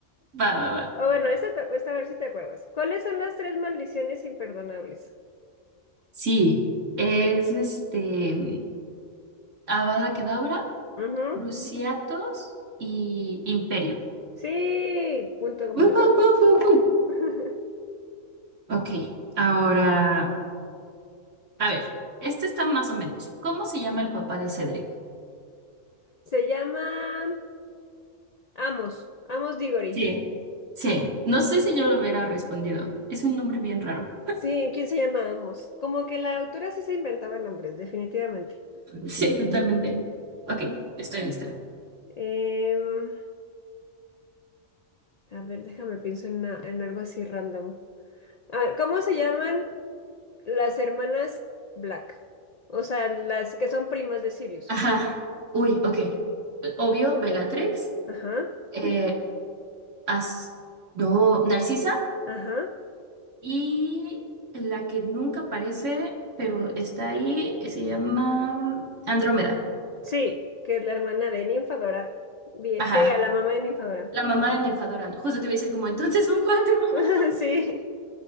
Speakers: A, on the right (about 70°); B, on the left (about 55°).
A: Va, va, va.
B: O bueno, esta, te- esta a ver si te acuerdas. ¿Cuáles son las tres maldiciones imperdonables?
A: Sí, es este Avada Kedavra,
B: Ujú.
A: Cruciatus y Imperio.
B: Sí, punto completo.
A: Wup, wup, wup, wup, wup.
B: <laughs>
A: Ok, ahora, a ver, este está más o menos. ¿Cómo se llama el papá de Cedric?
B: Se llama... Amos, Amos Diggory.
A: Sí, sí. No sé si yo lo hubiera respondido. Es un nombre bien raro.
B: Sí, ¿quién se llama Amos? Como que la autora sí se inventaba nombres, definitivamente.
A: Sí, totalmente. Ok, estoy lista.
B: Em, a ver, déjame pienso en, una- en algo así random. Ah, ¿cómo se llaman las hermanas Black? O sea, las que son primas de Sirius.
A: Ajá. Uy, ok. Obvio, Bellatrix.
B: Ajá,
A: eh, As- No, Narcisa.
B: ajá.
A: Y la que nunca aparece, pero está ahí, se llama Andrómeda.
B: Sí, que es la hermana de Ninfadora. Bien,
A: Ajá.
B: que diga, la mamá de Ninfadora.
A: La mamá de Ninfadora. Justo te iba a decir como, entonces son cuatro. <laughs>
B: <laughs> Sí,